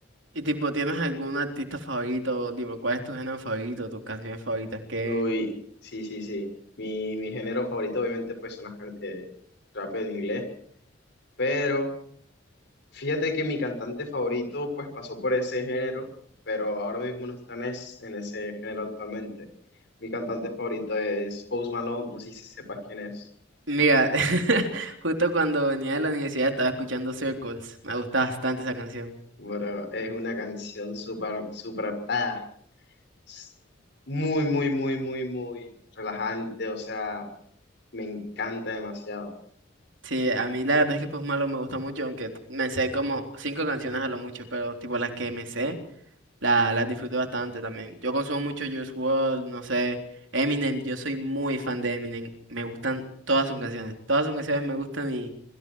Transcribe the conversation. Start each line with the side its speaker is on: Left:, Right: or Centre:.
Right: Y tipo, ¿tienes algún artista favorito? Dime, ¿cuál es tu género favorito, tus canciones favoritas? qué
Left: Uy, sí, sí, sí. Mi, mi género favorito obviamente pues son las can- eh, rap en inglés, pero... Fíjate que mi cantante favorito pues pasó por ese género, pero ahora mismo no está en, es- en ese género actualmente. Mi cantante favorito es Post Malone, no sé si sepas quién es,
Right: mira, <laughs> justo cuando venía de la universidad estaba escuchando Circles. Me gusta bastante esa canción.
Left: pero es una canción súper, súper, ah, s- muy, muy, muy, muy, muy relajante, o sea, me encanta demasiado.
Right: Sí, a mí la verdad es que Post Malo me gusta mucho, aunque me sé como cinco canciones a lo mucho, pero tipo las que me sé, la, las disfruto bastante también. Yo consumo mucho Juice World no sé, Eminem, yo soy muy fan de Eminem. Me gustan todas sus canciones. Todas sus canciones me gustan y,